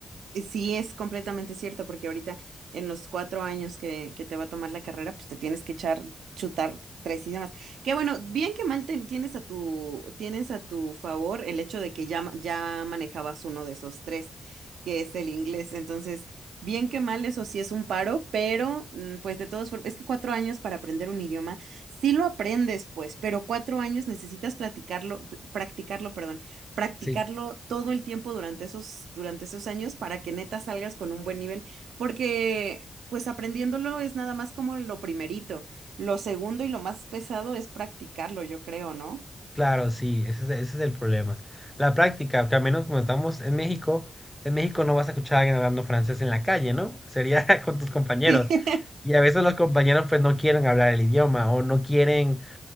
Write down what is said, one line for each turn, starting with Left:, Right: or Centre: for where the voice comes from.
Right: Y Sí, es completamente cierto, porque ahorita en los cuatro años que, que te va a tomar la carrera, pues te tienes que echar, chutar tres idiomas. Que bueno, bien que mal te- tienes a tu, tienes a tu favor el hecho de que ya, ma- ya manejabas uno de esos tres, que es el inglés. Entonces, bien que mal, eso sí es un paro, pero mm, pues de todos, es que cuatro años para aprender un idioma, sí lo aprendes, pues, pero cuatro años necesitas platicarlo, pr- practicarlo, perdón practicarlo
Centre: Sí,
Right: todo el tiempo durante esos, durante esos años para que neta salgas con un buen nivel, porque pues aprendiéndolo es nada más como lo primerito. Lo segundo y lo más pesado es practicarlo, yo creo, ¿no?
Centre: claro, sí, ese es, ese es el problema. La práctica, que al menos como estamos en México, en México no vas a escuchar a alguien hablando francés en la calle, ¿no? Sería <laughs> con tus compañeros.
Right: <laughs> Sí.
Centre: Y a veces los compañeros pues no quieren hablar el idioma o no quieren,